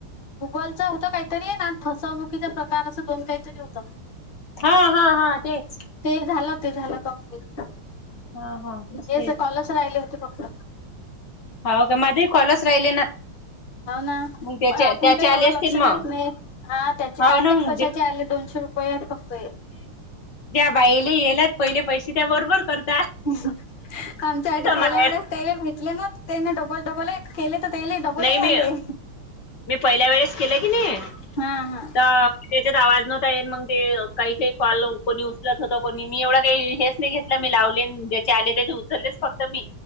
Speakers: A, on the left; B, on the left.
A: गुगलच होतं काहीतरी आणि फसवणुकीचा प्रकार असं दोन काहीतरी होतं.
B: हा हा हा तेच.
A: ते झालं ते झालं कंप्लीट
B: हा हा
A: हेच
B: तेच
A: कॉलच राहिले होते फक्त.
B: हो का माझे खॉलच राहिले ना.
A: हो ना‌
B: मग त्याचे
A: पन आपूण
B: त्याचे
A: काही
B: आले
A: एवढं
B: असतील
A: लक्ष
B: मग
A: देत नाही. हा त्याचे
B: हाव
A: काय
B: ना
A: माहित
B: म्हणजे
A: कशाचे आले दोनशे रुपया आहेत फक्त ये.
B: त्या बाइले येल्यात पहिले पैशे त्या बरोबर करत
A: आमच्यासाठी
B: नाही
A: पहिल्या वेळेस तेला भेटले ना ते ना डबल डबल आहे. केले तर तेले डबल ही
B: मी
A: आले.
B: मी पहिल्या वेळेस केलं की नाही
A: हा हा.
B: ता त्याच्यात आवाज नव्हता येन मग ते काही काही कॉल कोणी उचलत होत कोणी मी एवढं काही हेच नाही घे टला मी लावलेन ज्याचे आले त्याचे उचललेच फक्त मी.